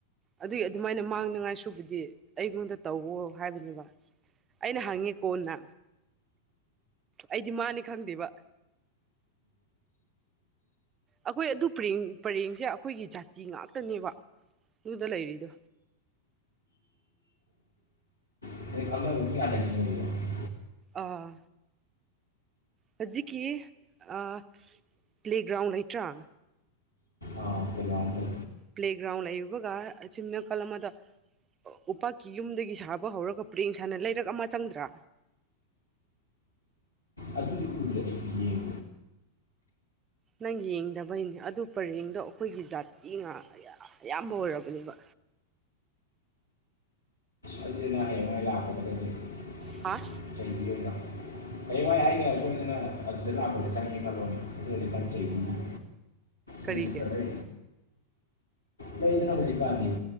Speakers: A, on the right; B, on the left.
A: ꯑꯗꯨꯒꯤ ꯑꯗꯨꯃꯥꯏꯅ ꯃꯥꯡꯅꯤꯉꯥꯏ ꯁꯨꯕꯨꯗꯤ ꯑꯩꯉꯣꯟꯗ ꯇꯧꯋꯣ ꯍꯥꯏꯕꯅꯦꯕ ꯑꯩꯅ ꯍꯪꯉꯦ ꯀꯣꯟꯅ ꯑꯩꯗꯤ ꯃꯥꯅꯦ ꯈꯪꯗꯦꯕ ꯑꯩꯈꯣꯏ ꯑꯗꯨ ꯄꯔꯦꯡ ꯄꯔꯦꯡꯁꯦ ꯑꯩꯈꯣꯏꯒꯤ ꯖꯥꯇꯤ ꯉꯥꯛꯇꯅꯦꯕ ꯑꯗꯨꯗ ꯂꯩꯔꯤꯗꯣ
B: <inaudible>
A: ꯑꯥ ꯍꯧꯖꯤꯛꯀꯤ ꯑ ꯄ꯭ꯂꯦꯒ꯭ꯔꯥꯎꯟ ꯂꯩꯇ꯭ꯔꯥ
B: ꯑꯥ ꯄ꯭ꯂꯦꯒ꯭ꯔꯥꯎꯟ ꯂꯣ
A: ꯄ꯭ꯂꯦꯒ꯭ꯔꯥꯎꯟ ꯂꯩꯕꯒ ꯑ ꯑꯁꯤꯤꯝ ꯅꯥꯀꯜ ꯑꯃꯗ ꯎꯄꯥꯛꯀꯤ ꯌꯨꯝꯗꯒꯤ ꯁꯥꯕ ꯍꯧꯔꯒ ꯄꯨꯔꯛꯦꯡ ꯁꯥꯥꯟꯅ ꯂꯩꯔꯛ ꯑꯃ ꯆꯪꯗ꯭ꯔꯥ
B: ꯑꯗꯨꯗꯤ ꯀꯔꯤ ꯍꯝ
A: ꯅꯪ ꯌꯦꯡꯗꯕꯩꯅꯦ ꯑꯗꯨ ꯄꯔꯦꯡꯗꯣ ꯑꯩꯈꯣꯏꯒꯤ ꯖꯥꯇꯤ ꯉ ꯑꯌꯥꯝꯕ ꯑꯣꯏꯔꯕꯅꯦꯕ
B: ꯑꯗꯨꯗꯤꯅ ꯍꯌꯦꯡ ꯑꯩ ꯂꯥꯛꯀꯗꯗꯒꯤꯗꯤ
A: ꯍꯥ
B: <unintelligible> ꯚꯏ ꯑꯩꯅ ꯁꯣꯏꯗꯅ ꯑꯗꯨꯗ ꯂꯥꯛꯄꯗ ꯆꯪꯉꯦ ꯈꯜꯂꯣꯅꯦ
A: ꯀꯔꯤꯒꯦ
B: ꯅꯣꯏꯒꯤ ꯕ꯭ꯔꯗꯔ ꯂꯩꯗꯅ ꯍꯧꯖꯤꯛꯀꯥꯟꯗꯤ